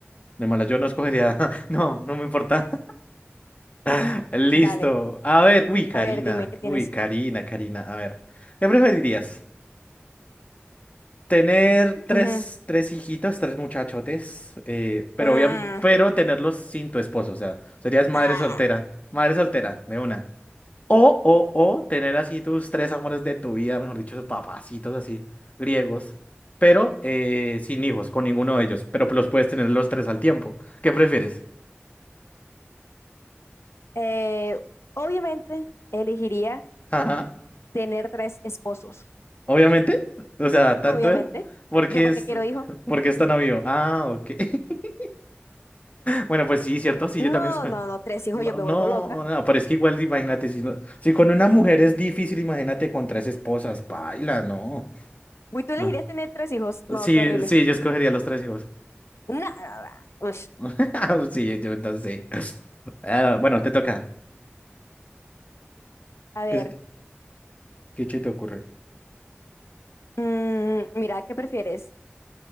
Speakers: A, on the left; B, on the left.
A: de malas, yo no escogería, <laughs> no, no me importa. <laughs> Listo,
B: Dale,
A: a ver, uy, Karina,
B: a ver, dime, ¿qué tienes?
A: uy, Karina, Karina, a ver, ¿qué preferirías? Tener tres,
B: Ujú.
A: tres hijitos, tres muchachotes, eh, pero,
B: Mm,
A: obvia- pero tenerlos sin tu esposo, o sea, serías madre
B: ah.
A: soltera, madre soltera, de una. O, o, o tener así tus tres amores de tu vida, mejor dicho, tus papacitos así, griegos, pero eh, sin hijos, con ninguno de ellos, pero los puedes tener los tres al tiempo. ¿Qué prefieres?
B: Eh, obviamente elegiría
A: Ajá,
B: tener tres esposos.
A: obviamente, o sea, tanto,
B: Obviamente.
A: porque
B: ¿Yo para
A: es,
B: qué quiero hijos?
A: porque es tan obvio. Ah, ok. <laughs> Bueno, pues sí, cierto, sí,
B: No,
A: yo también esco.
B: no, no, tres hijos,
A: No,
B: yo me
A: no,
B: vuelvo loca.
A: no, pero es que igual, imagínate, si, no- si con una mujer es difícil, imagínate con tres esposas, paila, no,
B: Uy, ¿tú elegirías
A: no.
B: tener tres hijos? No,
A: Sí,
B: qué horrible.
A: sí, yo escogería los tres hijos.
B: Nada. Ush.
A: <laughs> Sí, yo no sé. Ah, Bueno, te toca.
B: A ver,
A: ¿Qué se te, qué se te ocurre?
B: mm, mira, ¿qué prefieres?